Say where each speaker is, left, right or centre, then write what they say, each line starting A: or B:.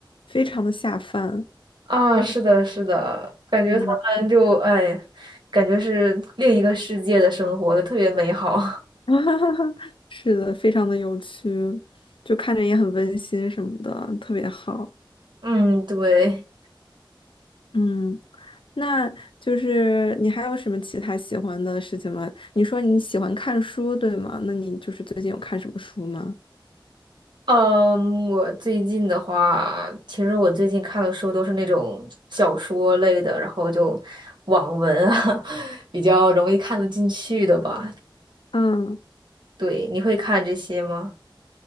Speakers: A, on the left; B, on the right.
A: 非常的下饭，
B: 啊，是的，是的，感觉他们就哎，
A: 嗯，
B: 感觉是另一个世界的生活，特别美好。
A: <laughs> 是的，非常的有趣，就看着也很温馨什么的，特别好，
B: <laughs> 嗯，对。
A: 嗯，那就是你还有什么其他喜欢的事情吗？你说你喜欢看书，对吗？那你就是最近有看什么书吗？
B: 嗯，我最近的话，其实我最近看的书都是那种小说类的，然后就网文啊，<laughs> 比较容易看得进去的吧。
A: 嗯。
B: 对，你会看这些吗？